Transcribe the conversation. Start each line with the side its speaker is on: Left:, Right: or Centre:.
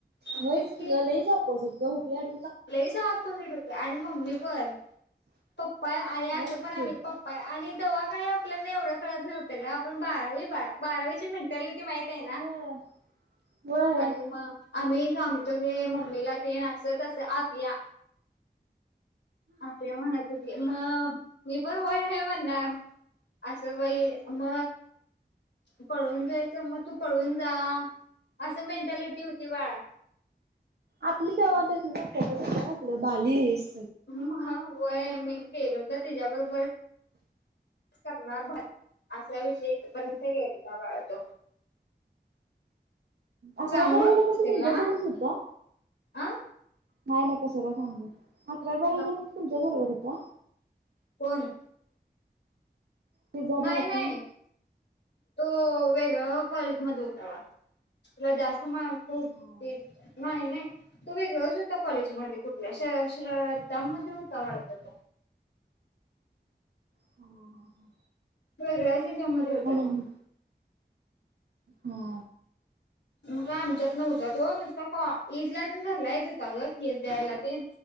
Left: मग
Right: व्हय
Left: तेच
Right: की ग लई जा <unintelligible> हुबीड
Left: लईच ऑपोजिट होत आणि मम्मी पण पप्पा आणि
Right: व्हयच
Left: अस पण आम्ही
Right: की
Left: प् आणि तेव्हा काही आपल्याना एवढ कळत नव्हत ग आपण बारावी बारावीच्या मेंटॅलिटी माहित तयना
Right: व्हय व्हय
Left: आणि मग. आम्ही सांगतो हे मम्मीला ते न अस तस आभीया आभ्या म्हणायच ते मग मी पण होय म्हणणार. असं बा ई म पळून जायच मग तू पळून जा, असं मेंटालिटी होती बाळ
Right: आपली चवत अस त्याच्यानंतर आपलं बालीस
Left: हम हा वय मी केलो तर तिच्याबरोबरच करणार असा विषयपर्यंत गेलात बाळ तो
Right: अकरावी
Left: चांगल
Right: बारावी ला पण
Left: तिला
Right: तुमच्यासोबतच हुता
Left: हा
Right: नाही नाही कशाला सांगू अकरावी बारवी
Left: अ
Right: ला पण तुमच्याच वर्गात होता?
Left: कोण?
Right: तिचा
Left: नाही
Right: बॉयफ्रेंड
Left: नाही तो वेगळ कॉलेज मध्ये होता बाळ तुला जास्त मा हू
Right: हा
Left: ते नाही नाही. तो वेगळच होता कॉलेजमध्ये कुठल्या श्र श्रद्धामध्ये होता वाढत त्यो.
Right: ह हा हा.
Left: वेगळ्या हेच्यामध्ये होत त्यो.
Right: म्हणून हा.
Left: मग का आमच्यात नव्हता तो नुसता ईदला ते घरला येत होता ग खीर द्यायला तेन.